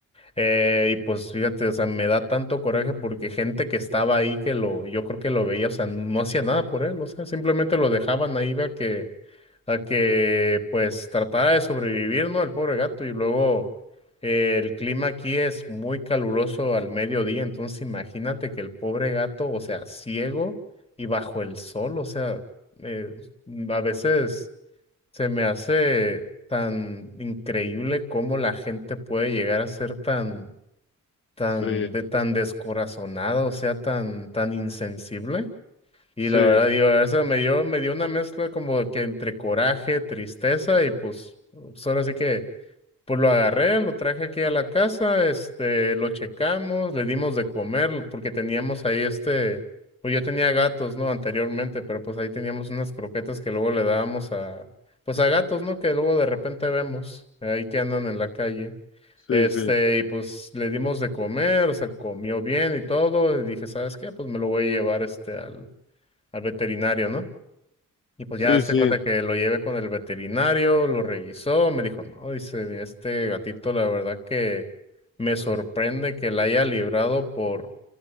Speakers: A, on the left (about 15°); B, on the left (about 40°).
A: Eh, y pues fíjate, o sea, me da tanto coraje porque gente que estaba ahí que lo, yo creo que lo veía, o sea, no hacía nada por él, o sea, simplemente lo dejaban ahí a que, a que pues tratara de sobrevivir, ¿no? El pobre gato. Y luego eh, el clima aquí es muy caluroso al mediodía, entonces imagínate que el pobre gato, o sea, ciego y bajo el sol, o sea, eh, a veces. Se me hace tan increíble cómo la gente puede llegar a ser tan, tan,
B: sí,
A: de, tan descorazonada, o sea, tan, tan insensible. Y
B: sí,
A: la verdad, digo, a veces me dio, me dio una mezcla como que entre coraje, tristeza y pues, pues ahora sí que pues lo agarré, lo traje aquí a la casa, este, lo checamos, le dimos de comer, porque teníamos ahí este, pues yo tenía gatos, ¿no? Anteriormente, pero pues ahí teníamos unas croquetas que luego le dábamos a, pues a gatos, ¿no? Que luego de repente vemos, ahí que andan en la calle.
B: sí,
A: Este,
B: sí,
A: y pues le dimos de comer, o sea, comió bien y todo, y dije, ¿sabes qué? Pues me lo voy a llevar este al, al veterinario, ¿no? Y pues
B: sí,
A: ya hazte cuenta que lo llevé con el veterinario, lo revisó, me dijo, no, dice, este gatito, la verdad que me sorprende que la haya librado por,